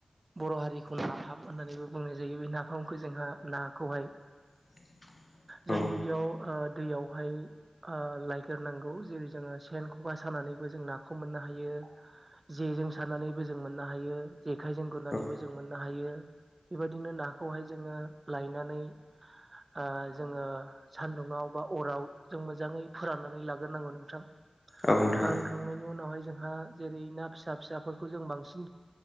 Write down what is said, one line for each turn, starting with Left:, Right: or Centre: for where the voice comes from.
Right: बर' हारिखौ नाफाम होननानैबो बुंनाय जायो बे नाफामखौ जोंहा नाखौहाय
Left: <inaudible>
Right: जों
Left: औ
Right: गिबियाव ओ दैयावहाय ओ लायग्रोनांगौ जेरै जोङो सेन खखा सानानैबो जों नाखौ मोननो हायो जेजों सारनानैबो जों मोननो हायो जेखाइजों गुरनानैबो
Left: औ
Right: जों मोननो हायो बेबायदिनो नाखौहाय जोङो लायनानै ओ जोङो सान्दुङाव बा अराव जों मोजाङै फोराननानै लाग्रोनांगौ नोंथां
Left: औ नोंथां
Right: फोरानखांनायनि उनावहाय जोंहा जेरै ना फिसा फिसाफोरखौ जों बांसिन